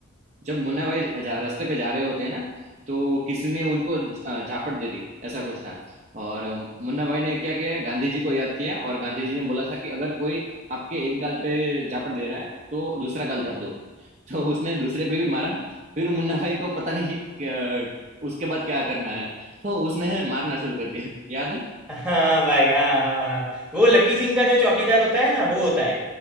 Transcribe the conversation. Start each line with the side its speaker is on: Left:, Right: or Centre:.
Right: जब मुन्ना भाई जा, रास्ते पे जा रहे होते हैं ना तो किसी ने उनको ज- अ, झापट दे दी ऐसा कुछ था और अ, मुन्ना भाई ने क्या किया गांधी जी को याद किया और गांधी जी ने बोला था कि अगर कोई आपके एक गाल पे झापट दे रहा है तो दूसरा गाल धर दो <laughs> तो उसने दूसरे पे भी मारा फिर मुन्ना भाई को पता नहीं क्या- उसके बाद क्या करना है तो उसने मारना शुरू कर दिया याद है
Centre: हाँ भाई हाँ हाँ हाँ वो लक्की सिंह का जो चौकीदार होता है ना वो होता है